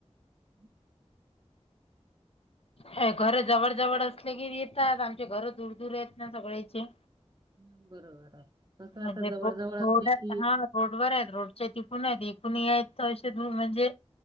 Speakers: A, on the right; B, on the left.
A: हम्म.
B: अ घर जवळ जवळ असले की येतात आमचे घर दूर दूर आहेत ना सगळेचे.
A: ह बरोबर आहे. तसं
B: म्हणजे
A: आता
B: रोड
A: जवळ जवळ असले की
B: हा रोड वर आहेत. रोडच्या तिकण आहेत एकण या षध म्हणजे.